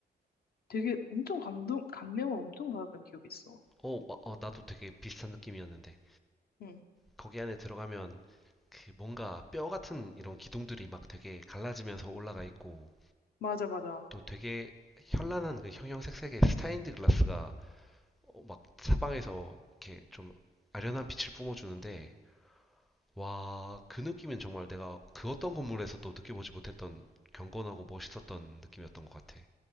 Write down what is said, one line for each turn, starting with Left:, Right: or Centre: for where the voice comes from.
Left: 되게 엄청 감동, 감명을 엄청 받았던 기억이 있어.
Centre: 어, 어, 어, 나도 되게 비슷한 느낌이었는데.
Left: 응.
Centre: 거기 안에 들어가면 그 뭔가 뼈 같은 이런 기둥들이 막 되게 갈라지면서 올라가 있고
Left: 맞아, 맞아.
Centre: 또 되게 현란한 그 형형색색의 스타인드 글라스가 막 사방에서 이렇게 좀 아련한 빛을 뿜어주는데 와, 그 느낌은 정말 내가 그 어떤 건물에서도 느껴보지 못했던 경건하고 멋있었던 느낌이었던 것 같아.